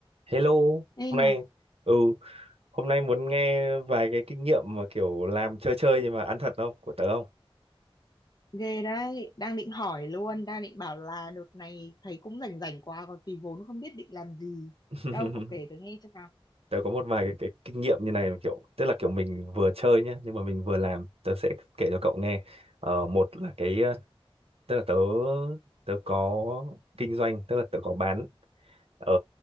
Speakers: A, on the right; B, on the left.
A: Hello, hôm
B: Ê
A: nay
B: này,
A: ừ, hôm nay muốn nghe vài cái kinh nghiệm mà kiểu làm chơi chơi nhưng mà ăn thật không của tớ không?
B: ghê đấy, đang định hỏi luôn, đang định bảo là đợt này thấy cũng rảnh rảnh quá, còn tí vốn không biết định làm gì.
A: <laughs>
B: Đâu, cậu kể tớ nghe xem nào.
A: Tớ có một vài cái, cái kinh nghiệm như này kiểu tức là kiểu mình vừa chơi nhá nhưng mà mình vừa làm, tớ sẽ kể cho cậu nghe. Ờ, một là cái ờ, tức là tớ tớ có kinh doanh, tức là tớ có bán ở